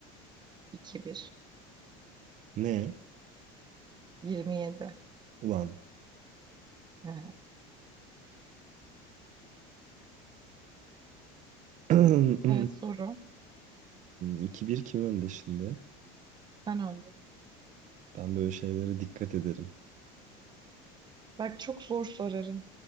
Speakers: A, on the right; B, on the right.
A: 2-1.
B: Ne?
A: 27.
B: Ulan.
A: Evet,
B: <clears throat>
A: evet soru.
B: 2-1 kim önde şimdi?
A: Sen öndesin.
B: Ben böyle şeylere dikkat ederim.
A: Bak çok zor sorarım